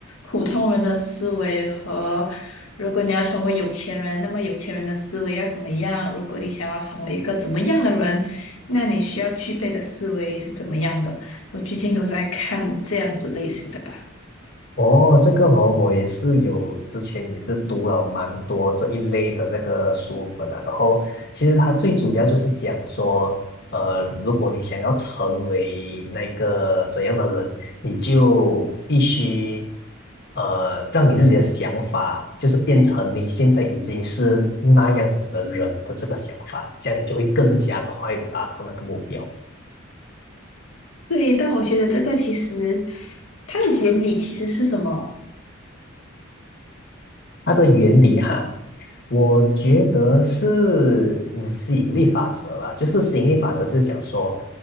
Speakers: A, on the left; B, on the left.
A: 普通人的思维和如果你要成为有钱人，那么有钱人的思维要怎么样？如果你想要成为一个怎么样的人，那你需要具备的思维是怎么样的？我最近都在看这样子类型的吧。
B: 哦，这个哦，我也是有之前也是读了蛮多这一类的这个书本啊。然后其实它最主要就是讲说，呃，如果你想要成为那个怎样的人，你就必须呃让你自己的想法，就是变成你现在已经是那样子的人的这个想法，这样你就会更加快的达到那个目标。
A: 对，但我觉得这个其实它的原理其实是什么？
B: 它的原理哈。我觉得是嗯吸引力法则吧，就是吸引力法则就是讲说，